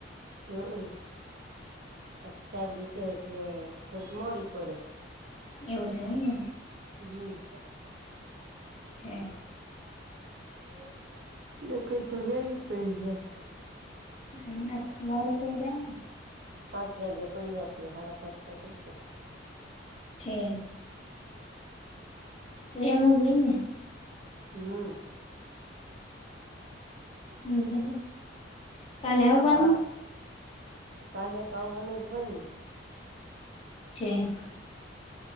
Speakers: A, on the right; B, on the left.
A: હમમ અચછાબુસે <unintelligible> એટલે થોડીક મોડી પડે.
B: એવું છે, એમને.
A: હમ.
B: હ. એ.
A: <unintelligible> તો વેલી પડી જાય.
B: હમ <unintelligible> મોવું થઇ જાય ને.
A: પાંસ વગે પડી જતી સાડા પાંચ તો થાઈ ગયા.
B: છે. એમ જ હોય ને.
A: હમ
B: હ તો <unintelligible> કાલે આવવાનું
A: હા કાલે તો આવવાનુજ હોય ને.
B: <unintelligible>